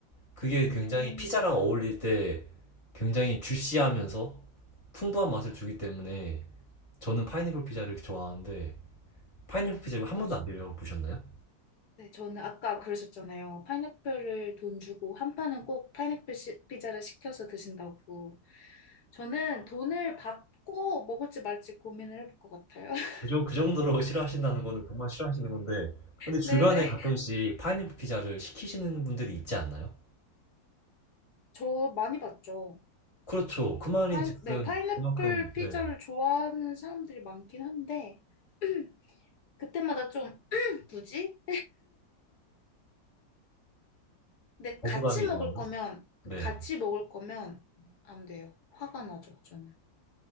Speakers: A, on the left; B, on the left.
A: 그게
B: 음,
A: 굉장히 피자랑 어울릴 때 굉장히 주시하면서 풍부한 맛을 주기 때문에 저는 파인애플 피자를 좋아하는데 파인애플 피자 이거 한
B: 그러죠.
A: 번도 안 드셔보셨나요?
B: 네, 저는 아까 그러셨잖아요. 파인애플을 돈 주고 한 판은 꼭 파인애플 시- 피자를 시켜서 드신다고. 저는 돈을 받고 먹을지 말지 고민을 해볼 것 같아요. <laughs>
A: 그, 정- 그 정도로 <laughs> 싫어하신다는 거는 정말 싫어하시는 건데 근데 주변에
B: 네네.
A: 가끔씩 파인애플 피자를 시키시는 분들이 있지 않나요?
B: 저 많이 봤죠.
A: 그렇죠. 그 말인
B: 파인,
A: 즉슨
B: 네, 파인애플
A: 그만큼
B: 피자를
A: 네,
B: 좋아하는 사람들이 많긴 한데, <clears throat> 그때마다 좀, <clears throat> 굳이? 근데
A: 거부감이
B: 같이 먹을
A: 드나요?
B: 거면,
A: 네.
B: 같이 먹을 거면 안 돼요. 화가 나죠, 저는.